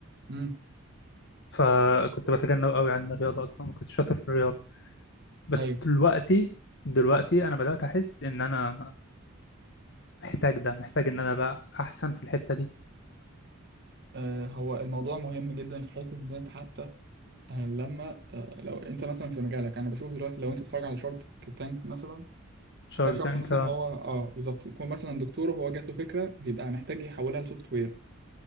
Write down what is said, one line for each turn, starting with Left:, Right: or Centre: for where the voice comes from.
Right: امم
Left: فكنت بتجنب قوي علم الرياضة اصلا ما كنتش شاطر في الرياضة بس
Right: أيوه
Left: دلوقتي دلوقتي انا بدأت احس ان انا محتاج ده محتاج ان انا بقى احسن في الحتة دي
Right: آه، هو الموضوع مهم جدا في حتة إن أنت حتى آه، لما آه، لو انت مثلا في مجالك انا بشوف دلوقتي لو انت بتتفرج على شارك تانك مثلا
Left: شارك
Right: تلاقي شخص
Left: تانك
Right: مثلا
Left: آه،
Right: هو اه بالظبط يكون مثلا دكتور وهو جات له فكره بيبقى محتاج يحولها لسوفت وير